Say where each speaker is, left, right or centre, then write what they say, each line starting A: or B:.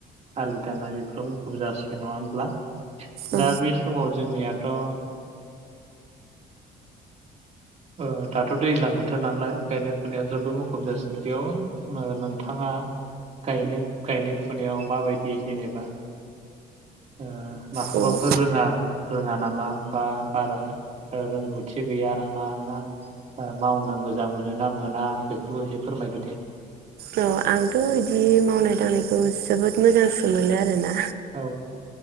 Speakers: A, on the right; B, on the right.
A: आलि दाननाय बेफोराव मुखुब जासिगोन नङा होनब्ला?
B: औ
A: दा बे समाव जोंनियाथ' ओ ओ दाथ' दैज्लां बोथ थोर नालाय गायनाय फुनायाव जोबो मुखुब जासिगोन बेयाव नागारनांगोन। थाङा गायनाय फुनायाव माबायदि जेनेबा? ओ माखौबाफोर
B: औ औ
A: रोङा रोङा नामा? बा बारा रोंगौथि गैया नामा ना मावनो मोजां मोनो ना मोना बेफोरखौ एसे फोरमायदो दे।
B: अ आंथ' बिदि मावनाय दांनायखौ जोबोद मोजांसो मोनो आरोना
A: औ